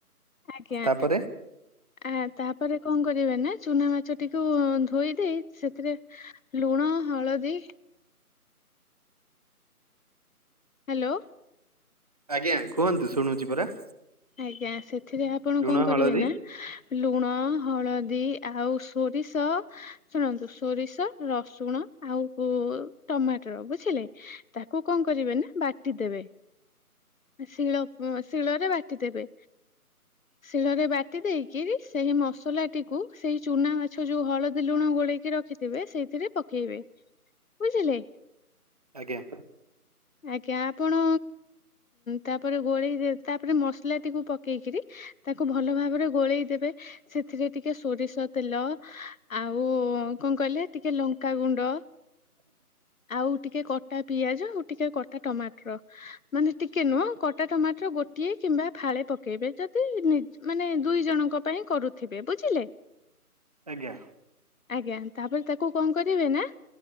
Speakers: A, on the left; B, on the right.
A: ଆଜ୍ଞା
B: ତାପରେ
A: ଆ ତାପରେ କଣ କରିବେ ନା, ଚୁନା ମାଛଟିକୁ ଧୋଇ ଦେଇ ସେଥିରେ ଲୁଣ, ହଳଦୀ ହାଲୋ।
B: ଆଜ୍ଞା କୁହନ୍ତୁ ଶୁଣୁଛି ପରା।
A: ଆଜ୍ଞା ସେଥିରେ ଆପଣ
B: ଲୁଣ
A: କଣ କରିବେନା
B: ହଳଦୀ
A: ଲୁଣ, ହଳଦୀ, ଆଉ ସୋରିଷ ଶୁଣନ୍ତୁ ସୋରିଷ, ରସୁଣ, ଆଉ ଟମାଟର ବୁଝିଲେ। ତାକୁ କଣ କରିବେ ନା ବାଟି ଦେବେ, ଶିଳ ଶିଳରେ ବା ଟି ଦେବେ।
B: <unintelligible>
A: ଶିଳରେ ବାଟି ଦେଇକିରି ସେହି ମସଲାଟିକୁ ସେଇ ଚୁନାମାଛ ଯୋଉ ହଳଦୀ ଲୁଣ ଗୋଳେଇକି ରଖି ଥିବେ, ସେଇଥିରେ ପକେଇବେ ବୁଝିଲେ।
B: ଆଜ୍ଞା।
A: ଆଜ୍ଞା ଆପଣ ତାପରେ ଗୋଳେଇ ତାପରେ ମ ମସଲାଟିକୁ ପକେଇକିରି ତାକୁ ଭଲ ଭାବରେ ଗୋଳେଇ ଦେବେ। ସେଥିରେ ଟିକେ ସୋରିଷ ତେଲ ଆଉ କଣ କହିଲେ ଟିକେ ଲଙ୍କାାଗୁଣ୍ଡ
B: <inaudible>
A: ଆଉ ଟିକେ କଟା ପିଆଜ ଆଉ ଟିକେ କଟା ଟମାଟର ମାନେ ଟିକେ ନୁହଁ କଟା ଟମାଟର ଗୋଟିଏ କିମ୍ବା ଫାଳେ ପକେଇବେ ଯଦି ମାନେ ଦୁଇ ଜଣଙ୍କ ପାଇଁ କରୁଥିବେ ବୁଝିଲେ।
B: ଆଜ୍ଞା
A: ଆଜ୍ଞା ତାପରେ ତାକୁ କଣ କରିବେ ନା